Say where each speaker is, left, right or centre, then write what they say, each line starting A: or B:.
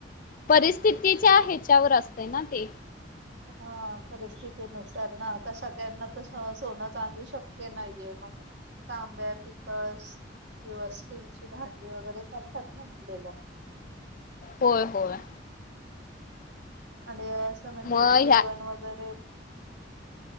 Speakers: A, on the left; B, on the right.
A: परिस्थितीच्या ह्याच्यावर असते ना ते.
B: हा परिस्थितीनुसार ना आता सगळ्यांना तर सोनं चांली शक्य नाहीये मग. तांब्या पितळ किंवा स्टीलची भांडी वगैरे चालतात ना रलेलं..
A: होय होय..
B: आणि असं म्हणजे
A: मग
B: जेवण
A: ह्या
B: वगैरे